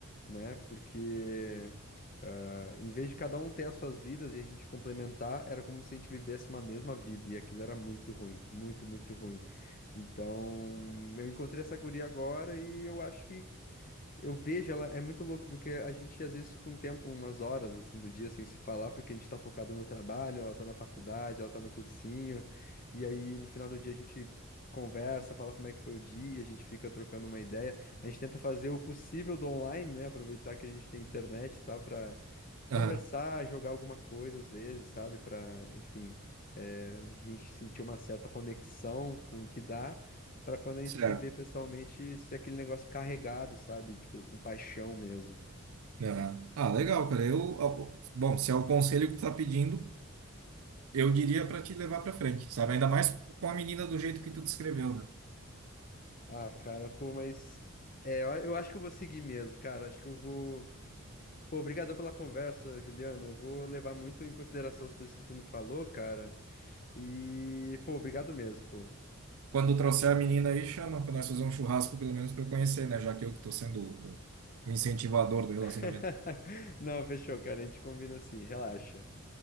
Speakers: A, on the left; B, on the right.
A: né, porque ah, em vez de cada um ter as suas vidas e a gente complementar, era como se a gente vivesse uma mesma vida e aquilo era muito ruim, muito, muito ruim. Então, eu encontrei essa guria agora e eu acho que eu vejo ela, é muito louco, porque a gente às vezes fica um tempo, umas horas assim do dia sem se falar, porque a gente tá focado no trabalho, ela tá na faculdade, ela tá no cursinho, e aí no final do dia a gente conversa, fala como é que foi o dia, a gente fica trocando uma ideia, a gente tenta fazer o possível do online, né? Aproveitar que a gente tem internet e tal, pra conversar,
B: Aham,
A: jogar alguma coisa às vezes, sabe? Pra, enfim, eh, a gente sentir uma certa conexão com o que dá. Pra quando a
B: certo.
A: gente se vê pessoalmente, ser aquele negócio carregado, sabe? Tipo, com paixão mesmo.
B: Aham. Ah, legal, cara. Eu, ó, bom, se é o conselho que tu tá pedindo, eu diria pra te levar pra frente, sabe? Ainda mais com a menina do jeito que tu descreveu, né?
A: Ah, cara, pô, mas. É, eu a- eu acho que eu vou seguir mesmo, cara. Acho que eu vou. Pô, obrigadão pela conversa, Juliano. Eu vou levar muito em consideração as coisas que tu me falou, cara. E, pô, obrigado mesmo, pô.
B: Quando trouxer a menina aí, chama pra nós fazer um churrasco, pelo menos pra eu conhecer, né? Já que eu que tô sendo o o incentivador do relacionamento.
A: <laughs> Não, fechou, cara. A gente combina assim, relaxa.